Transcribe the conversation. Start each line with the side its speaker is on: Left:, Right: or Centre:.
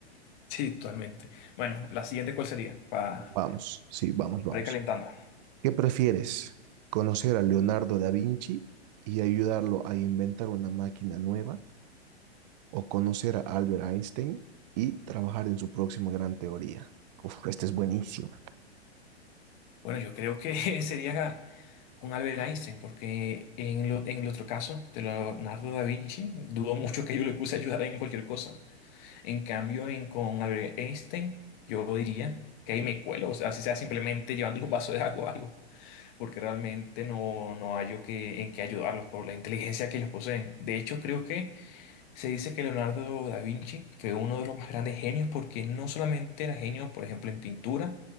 Left: Sí, totalmente. Bueno, la siguiente, ¿cuál sería? Para
Right: Vamos, sí, vamos, vamos.
Left: ir calentando.
Right: ¿Qué prefieres? ¿Conocer a Leonardo da Vinci y ayudarlo a inventar una máquina nueva o conocer a Albert Einstein y trabajar en su próxima gran teoría? Uf, este es buenísimo.
Left: Bueno, yo creo que <laughs> sería con Albert Einstein, porque en, lo- en el otro caso, de Leonardo da Vinci, dudo mucho que yo le puse a ayudar en cualquier cosa. En cambio, en, con Albert Einstein, yo diría que ahí me cuelo, o sea, si sea simplemente llevándole un vaso de agua o algo, porque realmente no, no hallo que, en qué ayudarlos por la inteligencia que ellos poseen. De hecho, creo que se dice que Leonardo da Vinci fue uno de los más grandes genios porque no solamente era genio, por ejemplo, en pintura,